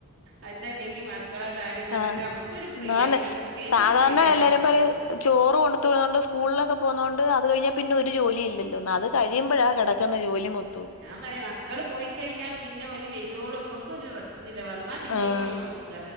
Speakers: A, on the right; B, on the left.
A: അല്ലതല്ലെങ്കിൽ മക്കളെ കാര്യംന്ന്
B: ആ
A: പറഞ്ഞിട്ട് നമുക്കൊരു ഫ്രീ
B: ആന്ന്
A: അങ്ങനെ പ്രത്യേകിച്ചരു
B: സാധാരണ
A: ഫ്രീ ടൈംന്നുമില്ല
B: എല്ലാരും പറയും ചോറ് കൊടുത്ത വിടന്നതുകണ്ട് സ്കൂളിലൊക്ക പോന്നത കൊണ്ട് അത് കഴിഞ്ഞാ പിന്നെ ഒരു ജോലി ഇല്ലോ അത് കഴിയുമ്പഴാ കിടക്കുന്ന ജോലി മൊത്തു
A: പറയ മക്കള് പോയിക്കഴിഞ്ഞാൽ പിന്നെ വരുവോളും നമ്മുക്ക് ഒരു റെസ്റ്റില് വന്നാൽ പിന്നെ
B: ആ.
A: ഓലെ നോക്കുക